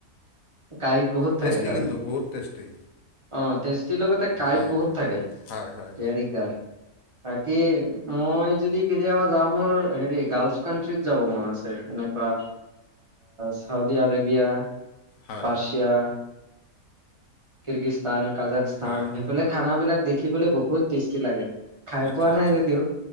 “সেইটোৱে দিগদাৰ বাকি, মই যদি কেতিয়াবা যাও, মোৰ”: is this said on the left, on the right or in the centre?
Right